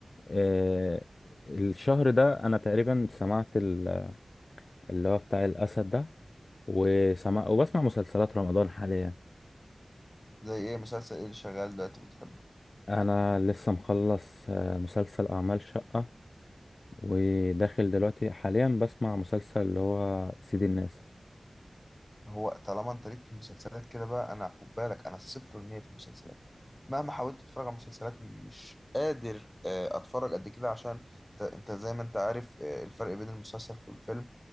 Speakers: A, on the left; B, on the left.
A: آه، الشهر ده انا تقريبا سمعت ال- اللي هو بتاع الاسد ده وسمع وبسمع مسلسلات رمضان حاليا
B: زي ايه مسلسل ايه اللي شغال دلوقتي بتحبه
A: انا لسه مخلص آه، مسلسل اعمال شقة وداخل دلوقتي حاليا بسمع مسلسل اللي هو سيد الناس
B: هو طالما انت ليك في المسلسلات كده بقى انا خد بالك انا الصفر المية في المسلسلات مهما حاولت اتفرج على مسلسلات مش قادر آه، اتفرج قد كده عشان انت انت زي ما انت عارف آه، الفرق بين المسلسل والفيلم